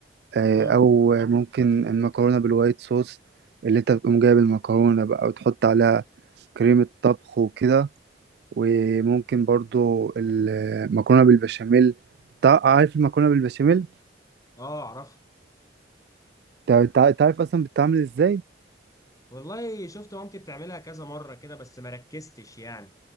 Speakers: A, on the right (about 60°); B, on the left (about 20°).
A: آه
B: امم
A: او ممكن المكرونه بالوايت صوص اللي انت بتقوم جايب المكرونه بقى وتحط عليها كريمه طبخ وكده وممكن برضو المكرونة بالبشاميل تع- عارف المكرونة بالبشاميل؟
B: اه اعرف
A: تع- تع- تعرف أصلا بتتعمل إزاي؟
B: والله شفت مامتي بتعملها كذا مره كده بس ما ركزتش يعني